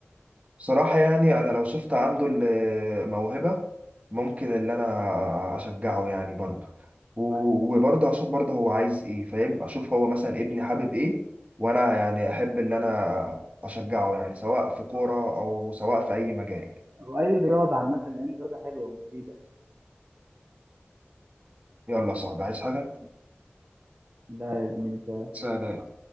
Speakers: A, on the right; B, on the right.
A: بصراحة يعني أنا لو شفت عنده الموهبة ممكن إن أنا أشجعه يعني برضه و- وبرضه أشوف برضه هو عايز إيه فاهم أشوف هو مثلا ابني حابب إيه وأنا يعني أحب إن أنا أشجعه يعني سواء في كورة أو سواء في أي مجال
B: او اي رياضه عامه لان الرياضه حلوه ومفيده
A: يلا يا صاحبي عايز حاجة؟
B: لا يا زميلي
A: سلام